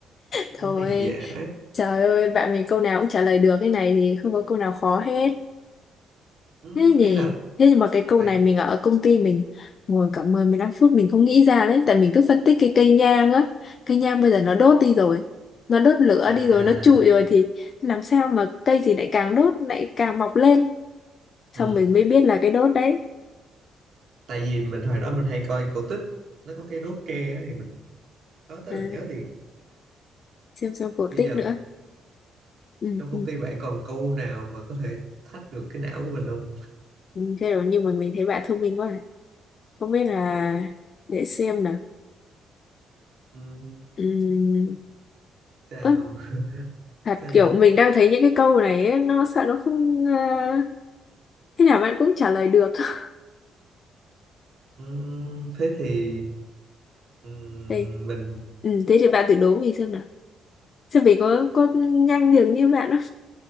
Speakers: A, on the left; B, on the right.
A: thôi
B: Cũng này dễ
A: trời ơi bạn mình câu nào cũng trả lời được cái này thì không có câu nào khó hết
B: ừ,
A: thế nhỉ
B: ý là
A: thế nhưng mà cái câu
B: bạn
A: này mình ở công ty mình ngồi cả 10 15 phút mình không nghĩ ra đấy tại mình cứ phân tích cái cây nhang á cây nhang bây giờ nó đốt đi rồi nó đốt lửa
B: à
A: đi rồi nó trụi rồi thì làm sao mà cây gì lại càng đốt lại càng mọc lên xong
B: ừ.
A: mình mới biết là cái đốt đấy
B: tại vì mình hồi đó mình hay coi cổ tích nó có cái đốt tre á, thì mình nói tới
A: à,
B: là nhớ liền
A: xem xem cổ
B: bây
A: tích
B: giờ
A: nữa ừ,
B: trong công
A: ừ.
B: ty bạn còn câu nào mà có thể thách được cái não của mình không
A: Ừ, Thế rồi nhưng mà mình thấy bạn thông minh quá à. không biết là để xem nào
B: ừ,
A: Ừm,
B: sao
A: ơ, thật
B: sao vậy
A: kiểu mình đang thấy những cái câu này ấy, nó sợ nó không à, thế nào bạn cũng trả lời được <laughs>
B: ừ, thế thì Ừm,
A: đây
B: mình
A: ừ, thế thì bạn thử đố mình xem nào xem mình có có nhanh được như bạn không